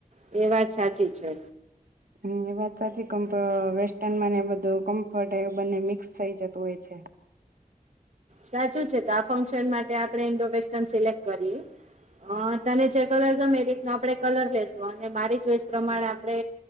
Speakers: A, on the right; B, on the right.
A: એ વાત સાચી છે.
B: હમ એ વાત સાચી કમ્ વેસ્ટર્નમાંને બધું કમ્ફર્ટ એ બંને મિક્સ થઇ જતું હોય છે.
A: સાચું છે તો આ ફંક્શન માટે આપણે ઇન્ડો વેસ્ટન સિલેક્ટ કરીએ હ તને જે કલર ગમે એ રીતનો આપણે કલર લસું અને મારી ચોઈસ પ્રમાણે આપણે